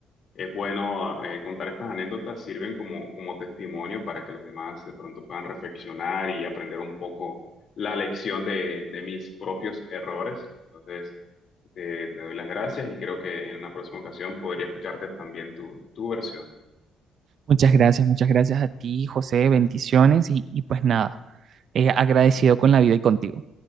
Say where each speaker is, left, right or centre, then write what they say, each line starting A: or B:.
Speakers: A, on the left (about 60°); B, on the right (about 60°).
A: Es bueno eh, contar estas anécdotas, sirven como, como testimonio para que los demás de pronto puedan reflexionar y aprender un poco la lección de, de mis propios errores. Entonces, te, te doy las gracias y creo que en una próxima ocasión podría escucharte también tu, tu versión.
B: Muchas gracias, muchas gracias a ti, José, bendiciones y, y pues nada, eh, agradecido con la vida y contigo.